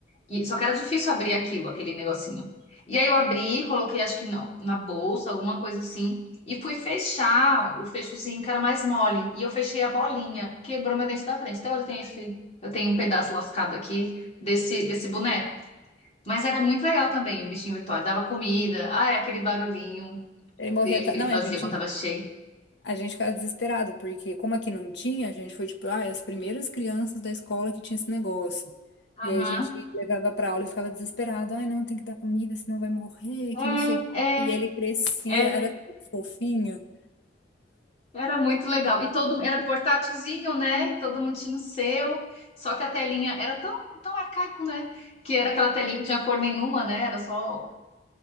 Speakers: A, on the left (about 35°); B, on the left (about 75°).
A: E, só que era difícil abrir aquilo, aquele negocinho. E aí eu abri, coloquei, acho que não, na bolsa, alguma coisa assim, e fui fechar o fechozinho que era mais mole. E eu fechei a bolinha, quebrou meu dente da frente. Até hoje eu tenho esse, eu tenho um pedaço lascado aqui desse, desse boneco. Mas era muito legal também, um bichinho virtual. Dava comida, ah, é aquele barulhinho
B: Ele morria.
A: dele
B: ta-
A: que ele
B: Não,
A: fazia
B: é, a gente,
A: quando tava cheio.
B: a gente ficava desesperado, porque como aqui não tinha, a gente foi tipo, ah, as primeiras crianças da escola que tinha esse negócio.
A: Aham.
B: E aí a gente levava pra aula e ficava desesperado. Ai, não, tem que dar comida, senão vai morrer,
A: É,
B: que não sei o quê.
A: é,
B: E ele crescia,
A: era.
B: era tão fofinho,
A: Era muito legal. E todo era portátilzinho, né? E todo mundo tinha o seu. Só que a telinha era tão, tão arcaico, né? Que era aquela telinha que não tinha cor nenhuma, né? Era só,